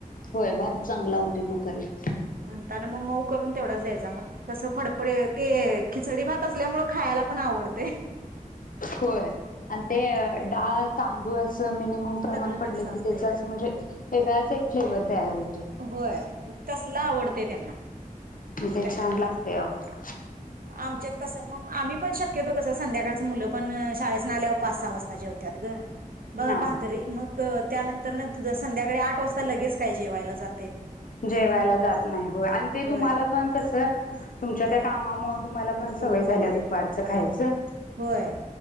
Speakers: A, on the left (about 70°); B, on the right (about 85°).
A: होय भात चांगला हुतोय कुकरला
B: म्हणताना मग मऊ करून तेवढाच द्यायचा मग कस फडफड ते खिचडी भात असल्यामुळे खायाला पण आवडतय
A: होय आणि ते डाळ तांदूळ अस मिनिमम प्रमाण
B: सगळं
A: पडलं
B: मिक्स असते
A: की त्याच
B: वया
A: असं म्हणजे वेगळाच एक फ्लेवर तयार होतोय.
B: होय तसला आवडते त्यांना - मग
A: ते
B: काय करायचं
A: छान लागते अहो
B: आमच्यात तस मग आम्ही पण शक्यतो कसं संध्याकाळच मुलं पण शाळेेसनं आल्यावर पाच सहा वाजता जेवत्यात ग मग
A: हा
B: भाकरी मग त्यानंतर न तू जसं संद्याकाळी आठ वाजता लगेच काय जेवायला जात
A: जेवायला जात नाही होय आणि ते
B: होय
A: तुम्हाला पण कस तुमच्या त्या कामामुळ तुम्हाला पण सवय
B: झालेली
A: झाल्या दुपारचं
B: आहे
A: खायचं
B: होय.